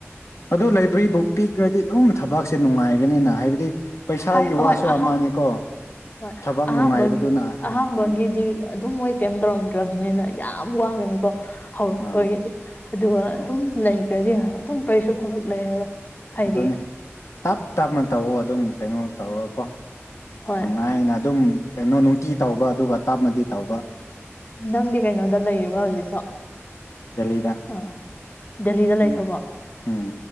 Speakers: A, on the left; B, on the left.
A: ꯑꯗꯣ ꯂꯥꯏꯕ꯭ꯔꯔ ꯕꯨꯛ ꯄꯤꯛꯈ꯭ꯔꯗꯤ ꯑꯗꯨꯝ ꯊꯕꯛꯁꯦ ꯅꯨꯡꯉꯥꯏꯕꯅꯤꯅ ꯍꯥꯏꯕꯗꯤ ꯄꯩꯁꯥꯒꯤ
B: ꯍꯥꯏ ꯍꯣꯏ
A: ꯋꯥꯁꯨ
B: ꯑ
A: ꯑꯃꯅꯤꯀꯣ
B: ꯍꯣꯏ
A: ꯊꯕꯛ
B: ꯑꯍꯥꯝꯕꯒꯤ
A: ꯅꯨꯡꯉꯥꯏꯕꯗꯨꯅ ꯎꯝ
B: ꯑꯍꯥꯝꯕꯒꯤꯗꯤ ꯑꯗꯨꯝ ꯃꯣꯏ ꯀꯩꯝ ꯇꯧꯔꯝꯗ꯭ꯔꯕꯅꯤꯅ ꯌꯥꯝ ꯌꯥꯝ ꯋꯥ ꯒꯅꯤ ꯀꯣ <unintelligible>
A: ꯑꯥ
B: ꯑꯗꯨꯒ ꯑꯗꯨꯝ ꯂꯩꯈ꯭ꯔꯗꯤ ꯑꯗꯨꯝ ꯀꯔꯤꯁꯨ ꯊꯕꯛ ꯂꯩꯔꯔꯣꯏ ꯍꯥꯏꯗꯤ
A: ꯑꯗꯨꯅꯤ ꯇꯞ ꯇꯞꯅ ꯇꯧꯑꯣ ꯑꯗꯨꯝ ꯀꯩꯅꯣ ꯇꯧꯔꯒ ꯀꯣ
B: ꯍꯣꯏ
A: ꯅꯨꯡꯉꯥꯏꯅ ꯑꯗꯨꯝ ꯀꯩꯅꯣ ꯅꯨꯡꯇꯤ ꯇꯧꯕ ꯑꯗꯨꯒ ꯇꯥꯞꯅꯗꯤ ꯇꯧꯕ
B: ꯅꯪꯗꯤ ꯀꯩꯅꯣꯗ ꯂꯩꯔꯤꯕ ꯍꯧꯖꯤꯛꯁꯨ
A: ꯗꯦꯜꯂꯤꯗ
B: ꯑꯥ ꯗꯦꯜꯂꯤꯗ ꯂꯩꯈ꯭ꯔꯕꯣ
A: ꯎꯝ ꯎꯝ